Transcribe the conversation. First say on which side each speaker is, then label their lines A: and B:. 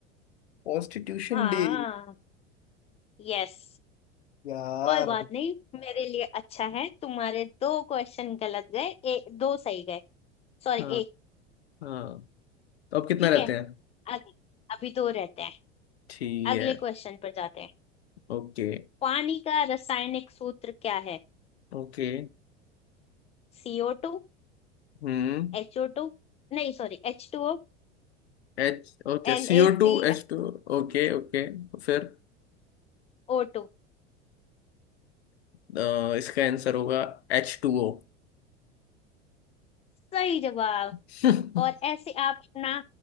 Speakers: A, on the left; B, on the left.
A: कॉन्स्टिट्यूशन
B: हाँ
A: डे
B: यस
A: यार
B: कोई बात नहीं मेरे लिए अच्छा है तुम्हारे दो क्वेश्चन गलत गए ए, दो सही गए सॉरी
A: हाँ
B: एक
A: हाँ तो अब कितना
B: ठीक
A: रहते
B: है
A: हैं
B: अग, अभी दो रहते हैं
A: ठीक
B: अगले
A: है
B: क्वेश्चन पर जाते हैं
A: ओके
B: पानी का रासायनिक सूत्र क्या है
A: ओके
B: CO2
A: हम्म
B: एच ओ टू नहीं sorry H two O
A: H okay
B: N
A: सी
B: A
A: ओ
B: C
A: टू एच टू okay okay तो फिर
B: O to
A: अ, इसका आंसर होगा एच टू ओ
B: <laughs> सही जवाब
A: <laughs>
B: और ऐसे आप अपना